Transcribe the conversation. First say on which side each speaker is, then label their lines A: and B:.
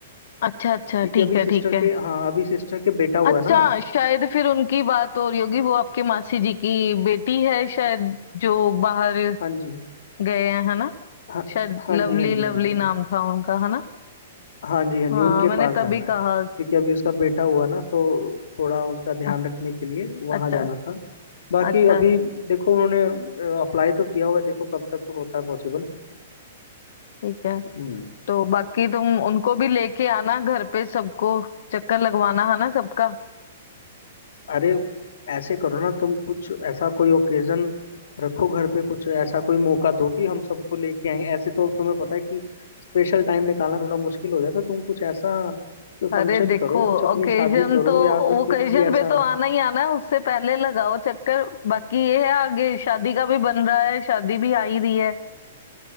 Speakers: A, on the left; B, on the left.
A: अच्छा अच्छा
B: क्योंकि
A: ठीक
B: अभी
A: है
B: सिस्टर
A: ठीक है
B: के हाँ अभी सिस्टर के बेटा
A: अच्छा
B: हुआ ना
A: शायद फिर उनकी बात हो रही होगी वो आपके मासी जी की बेटी है शायद जो बाहर
B: हाँ जी
A: गए हैं है ना
B: हाँ
A: शायद
B: हाँ
A: लवली
B: जी हाँ जी
A: लवली
B: हाँ जी हाँ
A: नाम
B: जी
A: था उनका है ना
B: हाँ जी हाँ जी
A: हाँ
B: उनके
A: मैंने
B: पास
A: तभी
B: जाना
A: कहा
B: है क्योंकि अभी उसका बेटा हुआ ना तो थोड़ा उसका ध्यान
A: अच्छा
B: रखने के लिए वहां
A: अच्छा
B: जाना था बाकी
A: अच्छा
B: अभी देखो उन्होंने अप्लाई तो किया हुआ है देखो कब तक होता है पॉसिबल
A: ठीक है
B: हम्म
A: तो बाकी तुम उनको भी लेके आना घर पे सबको चक्कर लगवाना है ना सबका
B: अरे ऐसे करो ना तुम कुछ ऐसा कोई ओकेजन रखो घर पे कुछ ऐसा कोई मौका दो कि हम सबको लेके आए ऐसे तो तुम्हें पता है कि स्पेशल टाइम निकालना थोड़ा मुश्किल हो जाता है तुम कुछ ऐसा कोई
A: अरे
B: फंक्शन
A: देखो
B: करो कुछ अपनी
A: ओकेजन
B: शादी करो
A: तो
B: या फिर
A: ओकेजन
B: कुछ भी ऐसा
A: पे तो आना ही आना है उससे पहले लगाओ चक्कर बाकी ये है आगे शादी का भी बन रहा है शादी भी आ ही रही है